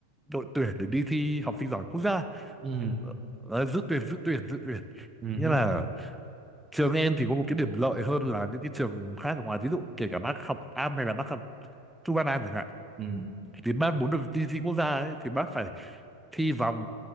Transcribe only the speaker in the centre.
đội tuyển để đi thi học sinh giỏi quốc gia
Ờ, ờ, dự tuyển dự tuyển dự tuyển
nghĩa
là trường em thì có một cái điểm lợi hơn là những cái trường khác ở ngoài ví dụ kể cả bác học am hay là bác học trung văn an chẳng hạn
thì bác muốn được đi thi quốc gia ấy, thì bác phải thi vòng